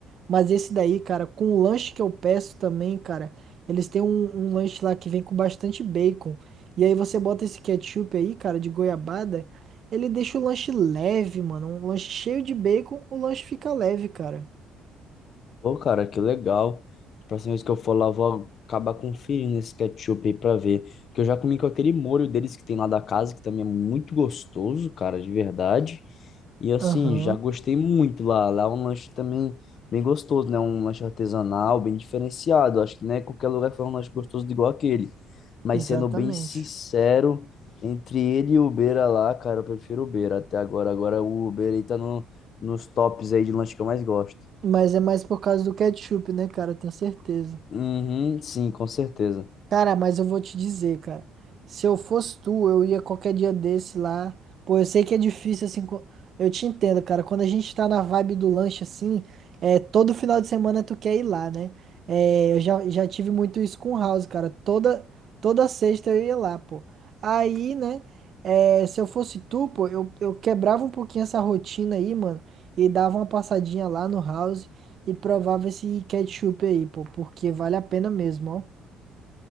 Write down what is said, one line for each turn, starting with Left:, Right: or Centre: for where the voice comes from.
Right: Mas esse daí, cara, com o lanche que eu peço também, cara, eles têm um, um lanche lá que vem com bastante bacon. E aí você bota esse ketchup aí, cara, de goiabada, ele deixa o lanche leve, mano. Um lanche cheio de bacon, o lanche fica leve, cara.
Left: Pô, cara, que legal. A próxima vez que eu for lá, eu vou acabar conferindo esse ketchup aí pra ver. Que eu já comi com aquele molho deles que tem lá da casa, que também é muito gostoso, cara, de verdade. E assim,
Right: Aham,
Left: já gostei muito lá. Lá é um lanche também bem gostoso, né? Um lanche artesanal, bem diferenciado. Acho que não é qualquer lugar que faz um lanche gostoso igual aquele. Mas
Right: exatamente.
Left: sendo bem sincero, entre ele e o Beira lá, cara, eu prefiro o Beira até agora. Agora o Beira aí tá no, nos tops aí de lanche que eu mais gosto.
Right: Mas é mais por causa do ketchup, né, cara? Tenho certeza.
Left: Uhum, sim, com certeza.
Right: Cara, mas eu vou te dizer, cara. Se eu fosse tu, eu ia qualquer dia desse lá. Pô, eu sei que é difícil, assim. co- Eu te entendo, cara. Quando a gente tá na vibe do lanche, assim, é, todo final de semana tu quer ir lá, né? É, eu já, já tive muito isso com o House, cara. Toda, toda sexta eu ia lá, pô. Aí, né? é, se eu fosse tu, pô, eu, eu quebrava um pouquinho essa rotina aí, mano. E dava uma passadinha lá no House e provava esse ketchup aí, pô. Porque vale a pena mesmo, ó.